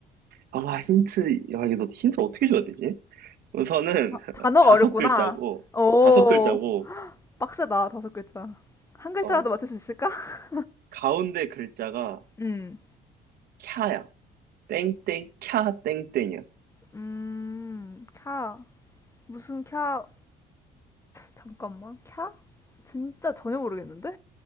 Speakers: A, on the right; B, on the left.
A: 아, 힌트, 야, 이거 힌트 어떻게 줘야 되지? 우선은 <laughs>
B: 단어가
A: 다섯
B: 어렵구나.
A: 글자고
B: 오,
A: 다섯 글자고
B: 빡세다. 다섯 글자. 한 글자라도
A: 어
B: 맞출 수 있을까? <laughs>
A: 가운데 글자가
B: 음,
A: 캬야. 땡땡 캬 땡땡이야.
B: 음, 캬. 무슨 캬. 잠깐만. 캬? 진짜 전혀 모르겠는데?